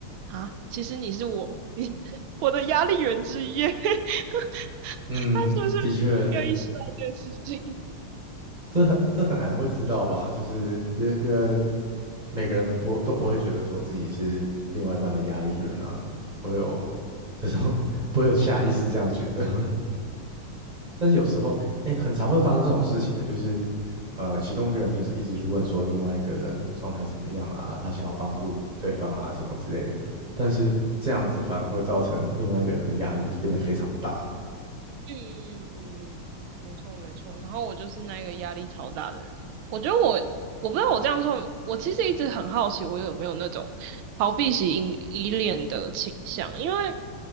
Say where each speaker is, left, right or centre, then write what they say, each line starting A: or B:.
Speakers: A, on the right; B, on the right.
A: 啊，其实你是我，<laughs> 你我的压力源之一耶 <laughs> 他
B: 嗯，
A: 是不是
B: 的确，
A: 没有意识到这件事情？
B: 这很这很难会知道吧？就是因为因为每个人不都不会觉得说自己是另外一半的压力源啊，不会有这种 <laughs> 不会有下意识这样觉得。<laughs> 但是有时候，哎、很常会发生这种事情的，就是呃，其中一个人就是一直去问说另外一个人的状态怎么样啊，他想要帮助对方啊什么之类的，但是这样子反而会造成另外一个人的压力变得非常大。
A: 嗯嗯嗯嗯，没错没错。然后我就是那个压力超大的人。我觉得我我不知道我这样说，我其实一直很好奇，我有没有那种逃避型依依恋的倾向？因为